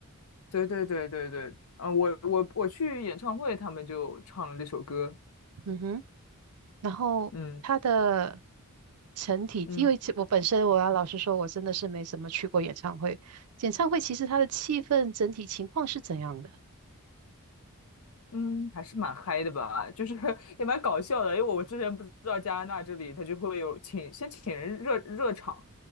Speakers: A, on the left; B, on the right.
A: 对对对对对，啊，我我我去演唱会，他们就唱了这首歌。
B: 嗯哼，然后他的
A: 嗯。
B: 成体，
A: 嗯
B: 因为其我本身我要老实说，我真的是没怎么去过演唱会。演唱会其实它的气氛整体情况是怎样的？
A: 嗯，还是蛮嗨的吧，就是 <laughs> 也蛮搞笑的，因为我之前不知道加拿大这里他就会有请先请人热热场，